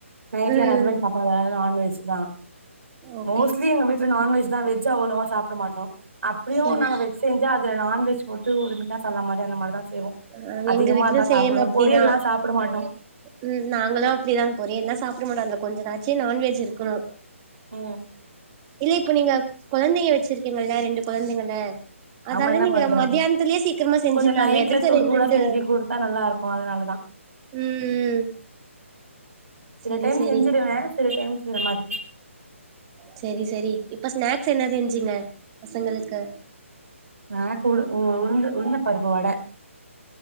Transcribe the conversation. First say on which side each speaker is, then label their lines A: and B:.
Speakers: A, on the right (about 70°); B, on the right (about 25°).
A: நைட்ல
B: ம்
A: ஹஸ்பண்ட் பாப்பா எல்லாரு நான்வெஜ் தா
B: ஓகே
A: மோஸ்ட்லி எங்க வீட்டுல நான்வெஜ் தா வெஜ் அவ்ளவா சாப்பிட மாட்டோ அப்டியு
B: சரி
A: நாங்க வெஜ் செஞ்சா அதுல நான்வெஜ் போட்டு ஒரு மட்டன் சால்னா மாரி அந்த மாரிதா செய்வோ
B: ஆ
A: அதிகமா
B: எங்க வீட்லயு
A: அதா
B: சேம்
A: சாப்புடுவோ
B: அப்டிதா
A: பொரியல்லா சாப்புட மாட்டோ
B: ம் நாங்களு அப்படிதா பொரியல்லா சாப்புட மாட்டோ அதுல கொஞ்ச நாச்சு நான்வெஜ் இருக்கணு
A: ம்
B: இல்ல இப்போ நீங்க கொழந்தைங்க வச்சிருக்கீங்கல்ல ரெண்டு கொழந்தைங்கள அதால
A: ஆமா என்ன
B: நீங்க
A: பண்றது
B: மத்தியானத்துலயே சீக்கிரமா செஞ்சரலால்ல
A: கொஞ்சோ நைட்ல
B: எதுக்கு
A: சுடு
B: ரெண்
A: சூடா
B: ரெண்டு
A: செஞ்சு குடுத்தா நல்லா இருக்கு அதனாலதா
B: ம் ம்
A: சில
B: செரி
A: டைம்
B: செரி
A: செஞ்சிருவே சில டைம்ஸ் இந்த மாரி
B: செரி செரி இப்ப ஸ்நாக்ஸ் என்ன செஞ்சீங்க பசங்களுக்கு
A: நாக்கு உளு உளுந்து உளுந்த பருப்பு வட